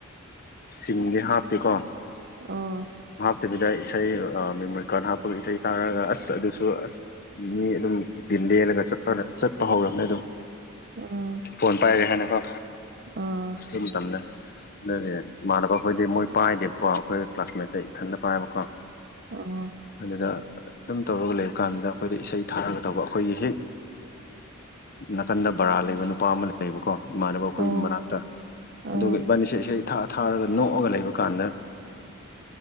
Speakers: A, on the left (about 45°); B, on the right (about 50°).
A: ꯁꯤꯡꯗꯤ ꯍꯥꯞꯄꯤꯦꯀꯣ
B: ꯑꯥ
A: ꯇꯕꯤꯗ ꯏꯁꯩ ꯃꯦꯃꯣꯔꯤ ꯀꯥꯔꯗ ꯍꯥꯞꯄꯒ ꯏꯁꯩꯊ ꯇꯥꯔꯒ ꯑꯁ ꯑꯗꯨꯁꯨ ꯑꯁ ꯃꯤ ꯑꯗꯨꯝ ꯂꯦꯜꯂꯒ ꯆꯠꯄ ꯆꯠꯄ ꯍꯧꯔꯕꯅꯦ ꯑꯗꯨꯝ
B: ꯑꯥ
A: ꯐꯣꯟ ꯄꯥꯏꯔꯦ ꯍꯥꯏꯅꯀꯣ
B: ꯑꯥ
A: ꯁꯤ ꯃꯇꯝꯗ ꯑꯗꯨꯗꯤ ꯏꯃꯥꯟꯅꯕ ꯑꯩꯈꯣꯏꯗꯤ ꯃꯣꯏ ꯄꯥꯏꯗꯦꯕꯀꯣ ꯑꯩꯈꯣꯏ ꯀ꯭ꯂꯥꯁꯃꯦꯠꯇ ꯏꯊꯟꯇ ꯄꯥꯏꯕꯀꯣ
B: ꯑꯥ
A: ꯑꯗꯨꯗ ꯑꯗꯨꯝ ꯇꯧꯔꯒ ꯂꯩꯕ ꯀꯥꯟꯗꯨꯗ ꯑꯩꯈꯣꯏꯗ ꯏꯁꯩ ꯊꯥꯔꯒ ꯇꯧꯕ ꯑꯩꯈꯣꯏꯒꯤ ꯍꯦꯛ ꯅꯥꯀꯟꯗ ꯕꯔꯥ ꯂꯩꯕ ꯅꯨꯄꯥ ꯑꯃ ꯂꯩꯕꯀꯣ ꯏꯃꯥꯟꯅꯕ ꯑꯩꯈꯣꯏꯒꯤ
B: ꯑꯥ ꯑꯥ
A: ꯃꯅꯥꯛꯇ
B: ꯑꯥ
A: ꯑꯗꯨꯒ ꯏꯕꯥꯅꯤ ꯏꯁꯩꯦ ꯏꯁꯩ ꯊꯥ ꯊꯥꯔꯒ ꯅꯣꯛꯑꯒ ꯂꯩꯕ ꯀꯥꯟꯗ